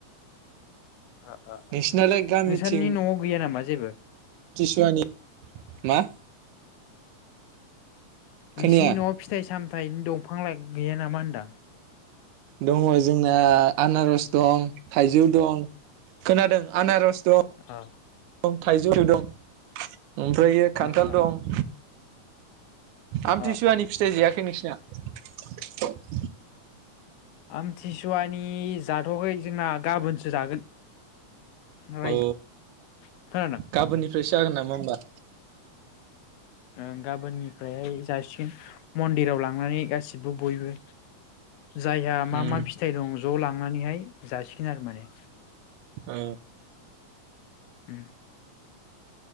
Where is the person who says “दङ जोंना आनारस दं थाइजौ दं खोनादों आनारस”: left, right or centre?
Right